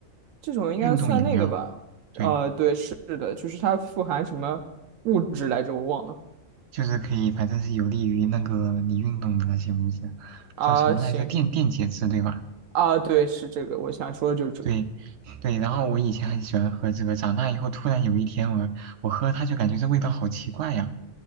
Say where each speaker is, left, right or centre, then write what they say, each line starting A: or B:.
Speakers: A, on the right (about 80°); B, on the right (about 65°).
A: 这种应该算那个吧？
B: 运动饮料，对，
A: 呃，对，是的，就是它富含什么物质来着，我忘了。
B: 就是可以，反正是有利于那个你运动的那些物质，
A: 啊，
B: 叫什么来着？
A: 行，
B: 电电解质，对吧？
A: 啊，对，是这个，我想说的就是这个。
B: 对，对，然后我以前很喜欢喝这个，长大以后突然有一天我我喝它就感觉这味道好奇怪呀，